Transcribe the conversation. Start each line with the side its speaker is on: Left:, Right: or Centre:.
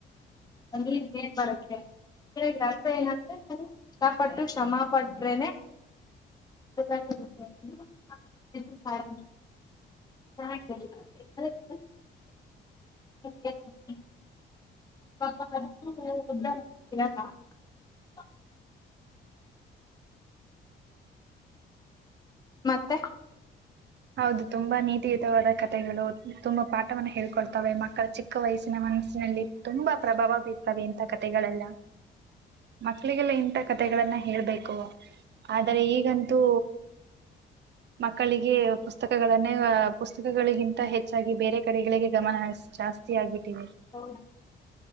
Left: <inaudible> <unintelligible> ಮತ್ತೆ
Right: ಹೌದು ತುಂಬಾ ನೀತಿಯುತವಾದ ಕಥೆಗಳು ತುಂಬಾ ಪಾಠವನ್ನ ಹೇಳ್ಕೊಳ್ತವೆ ಮಕ್ಕಳ ಚಿಕ್ಕ ವಯಸ್ಸಿನ ಮನಸ್ಸಿನಲ್ಲಿ ತುಂಬಾ ಪ್ರಭಾವ ಬೀರ್ತವೆ ಅಂತ ಕತೆಗಳೆಲ್ಲ ಮಕ್ಳಿಗೆಲ್ಲ ಇಂತ ಕತೆಗಳನ್ನ ಹೇಳ್ಬೇಕು ಆದರೆ ಈಗಂತೂ ಮಕ್ಕಳಿಗೆ ಪುಸ್ತಕಗಳನ್ನೇ ಪುಸ್ತಕಗಳಿಗಿಂತ ಹೆಚ್ಚಾಗಿ ಬೇರೆ ಕಡೆಗಳಿಗೆ ಗಮನ ಹ ಜಾಸ್ತಿ ಆಗ್ಬಿಟ್ಟಿವಿದೆ
Left: ಹೌ